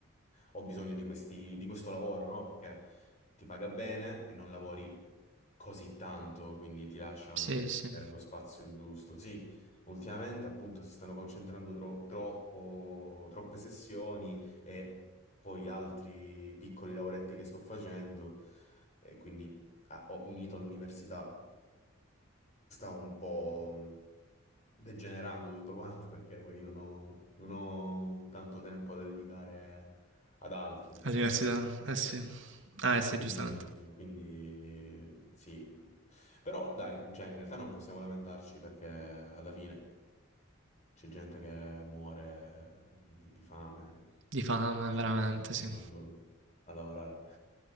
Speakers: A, on the left; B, on the right.
A: ho bisogno di questi- di questo lavoro, no? Perché ti paga bene e non lavori così tanto, quindi ti lascia anche
B: Sì, sì.
A: eh, lo spazio giusto. Sì, ultimamente appunto si stanno concentrando tro- troppo, troppe sessioni e poi altri piccoli lavoretti che sto facendo e quindi ah, ho unito all'università, sta un po' mh, degenerando tutto quanto perché poi non ho non ho tanto tempo da dedicare ad altro.
B: All'università, eh sì. Ah, eh
A: Quindi,
B: sì, giustamente.
A: quindi sì, però dai, cioè, in realtà non possiamo lamentarci perché alla fine c'è gente che muore di, di fame,
B: Di fame,
A: dice,
B: veramente,
A: "Beh, sono fortunato
B: sì.
A: a lavorare.